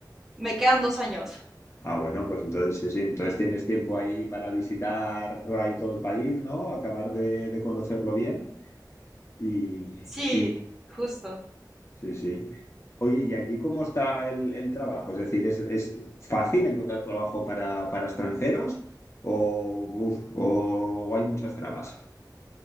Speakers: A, in the centre; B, on the left (about 40°).
A: Me quedan dos años.
B: Ah, bueno, pues entonces sí, sí, entonces tienes tiempo ahí para visitar ahí todo el país, ¿no? Acabar de, de conocerlo bien y,
A: Sí,
B: y-
A: justo.
B: sí, sí. Oye, ¿y allí cómo está el, el trabajo? Es decir, ¿es, es fácil encontrar trabajo para, para extranjeros o, uf, o hay muchas trabas?